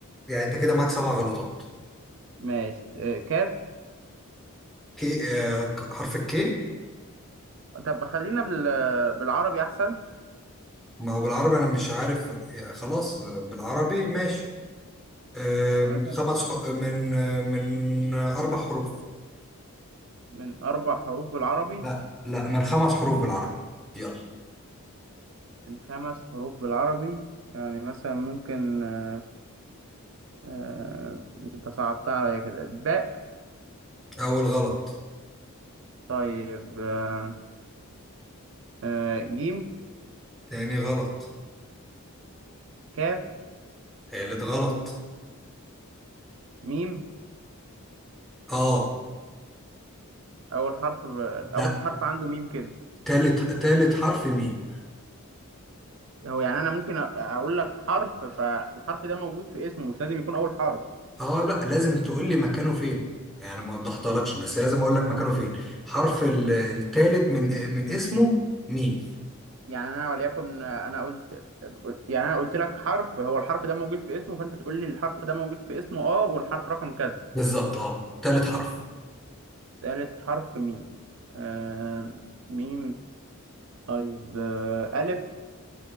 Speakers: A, in the centre; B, on the right.
A: يعني انت كده معاك سبع غلطات
B: ماشي آه، كاف
A: كي آه ك- حرف الكي
B: طب خلينا بال... بالعربي أحسن
A: ما هو بالعربي انا مش عارف يعني خلاص آه، بالعربي ماشي آه
B: مثلا
A: من خمس حو... من آه، من آه، اربع حروف
B: من أربع حروف بالعربي
A: لا لا من خمس حروف بالعربي يلا
B: من خمس حروف بالعربي يعني مثلا ممكن آه آه أنت صعبتها عليا كده باء
A: اول غلط
B: طيب آه آه جيم
A: تاني غلط
B: كاف
A: تالت غلط
B: ميم
A: اه
B: أول حرف أول
A: لا
B: حرف عنده ميم كده
A: تالت تالت حرف ميم
B: هو يعني أنا ممكن أ- أقول لك حرف فالحرف ده موجود في اسمه مش لازم يكون أول حرف
A: اه لا لازم تقول لي مكانه فين يعني ما وضحتلكش بس لازم اقول لك مكانه فين حرف ال- التالت من من اسمه ميم
B: يعني أنا وليكن آه، أنا قلت يعني أنا قلت لك حرف هو الحرف ده موجود في اسمه فأنت تقول لي الحرف ده موجود في اسمه أه والحرف رقم كذا
A: بالظبط اه تالت حرف
B: ثالث حرف ميم آه ميم طيب آه ألف